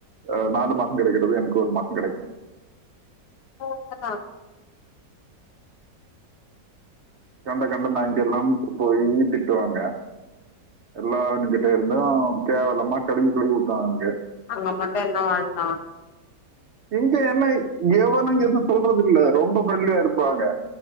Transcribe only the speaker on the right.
அ நாலு மாசோ கெடைக்கிறது எனக்கு ஒரு மாசோ கெடைக்கு
கண்ட கண்ட நாய்ங்கல்லாம் போய் திட்டுவாங்க எல்லாத்துகிட்ட இருந்து கேவலமா கழுவி கழுவி ஊத்துவாங்க அங்க
இங்க என்ன எவனுங்க எது சொல்றது இல்ல ரொம்ப ஃப்ரென்லியா இருப்பாங்க